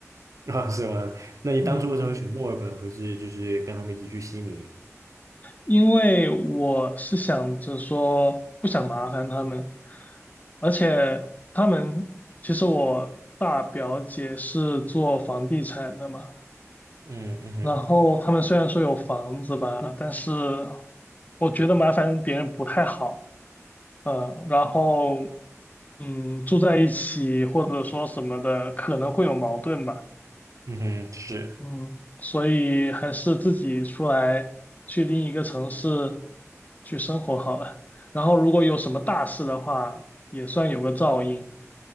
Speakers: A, on the right; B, on the left.
A: <laughs> 啊，是吗？那你当初为什么会选墨尔本？
B: 嗯，
A: 不是就是跟他们一起去悉尼？
B: 因为我是想着说不想麻烦他们，而且他们其实我大表姐是做房地产的嘛，
A: 嗯嗯哼，
B: 然后他们虽然说有房子吧，但是我觉得麻烦别人不太好，嗯，然后嗯住在一起或者说什么的可能会有矛盾吧，
A: 嗯哼，是，
B: 嗯，所以还是自己出来去另一个城市去生活好了。然后如果有什么大事的话，也算有个照应，